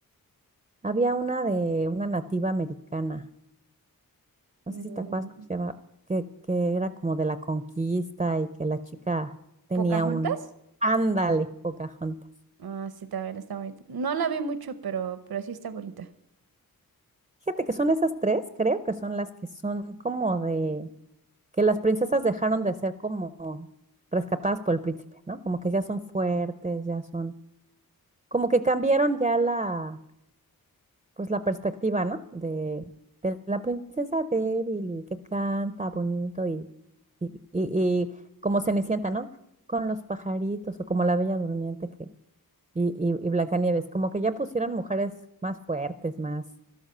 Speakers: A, on the right; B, on the right.
A: Había una de una nativa americana. No
B: Mm,
A: sé si te acuerdas cómo se llama, que, que era como de la conquista y que la chica tenía
B: ¿Pocahontas?
A: un ándale, Pocahontas.
B: Ah, sí, también está bonita. No la vi mucho, pero, pero sí está bonita.
A: Fíjate que son esas tres, creo que son las que son como de que las princesas dejaron de ser como rescatadas por el príncipe, ¿no? Como que ya son fuertes, ya son, como que cambiaron ya la, pues la perspectiva, ¿no? De, de la princesa débil y que canta bonito y, y, y, y como Cenicienta, ¿no? Con los pajaritos o como la Bella Durmiente que, y, y, y Blancanieves, como que ya pusieron mujeres más fuertes, más